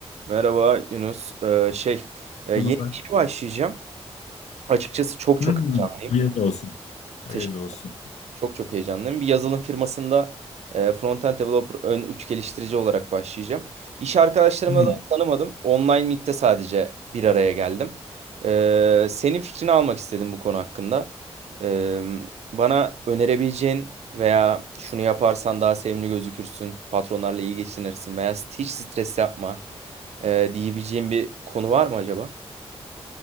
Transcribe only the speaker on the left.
Yanıma.
Hmm,
hayırlı olsun.
Hayırlı olsun.
Hmm.